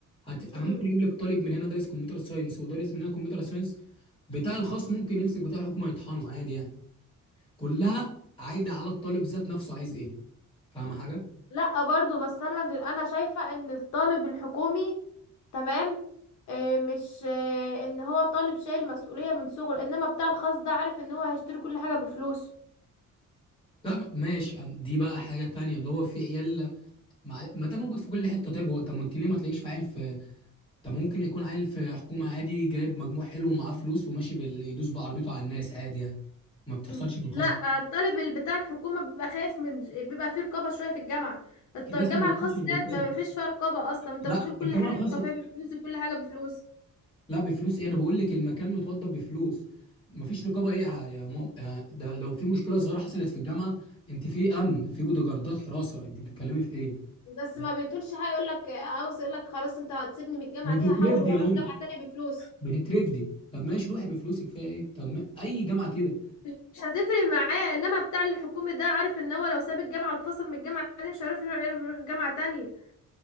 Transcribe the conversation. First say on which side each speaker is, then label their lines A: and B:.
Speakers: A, on the left (about 15°); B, on the left (about 65°).
A: هت...
B: مم.
A: انا ممكن اجيب لك طالب من هنا دارس كمبيوتر ساينس ودارس من هنا كمبيوتر ساينس بتاع الخاص ممكن يمسك بتاع الحكومه يطحنه عادي يعني كلها عايده على الطالب ذات نفسه عايز ايه فاهم حاجه
B: لا برضو بس انا دل... انا شايفة ان الطالب الحكومي تمام آه، مش آه، ان هو طالب شايل مسؤولية من صغره انما بتاع الخاص ده عارف ان هو هيشتري كل حاجة بفلوس
A: لا ما- ماشي أم- دي بقى حاجه تانية اللي هو في عيال مع... ما ده موجود في كل حته طيب هو طب ما انت ليه ما تلاقيش في عيل في طب ممكن يكون عيل في حكومة عادي جايب مجموع حلو ومعاه فلوس وماشي بال... يدوس بعربيته على الناس عادي يعني ما بتحصلش
B: م.
A: في الخاص
B: لا الطالب اللي بتاع الحكومة بيبقى خايف من بيبقى فيه رقابة شوية في الجامعة الط-
A: في ناس
B: الجامعة
A: ما بتخش
B: الخاصة
A: بالرقاب
B: ديت ما فيش فيها رقابة اصلا انت
A: لا
B: بتقول كل
A: الجامعة
B: حاجة
A: الخاصة
B: الكافيه بفلوس وكل حاجة بفلوس
A: لا بفلوس ايه انا بقول لك المكان متوضب بفلوس مفيش رقابة ايه يا يا مام يا- ده لو في مشكلة صغيرة حصلت في الجامعة انت في امن في بودوجاردات حراسة انت بتتكلمي في ايه
B: بس
A: لا.
B: ما بيطولش حاجة يقولك عاوز يقولك خلاص انت هتسيبني من الجامعة
A: بتترفدي
B: دي هحاول واروح
A: يا ماما
B: جامعة تانية بفلوس
A: بتترفدي طب ماشي روحي بفلوسك فيها ايه طب ما... اي جامعة كده
B: مش هتفرق معاه انما بتاع الحكومي ده عارف ان هو لو ساب الجامعه واتفصل من الجامعه دي مش هيعرف يروح يعرف يروح جامعه تانية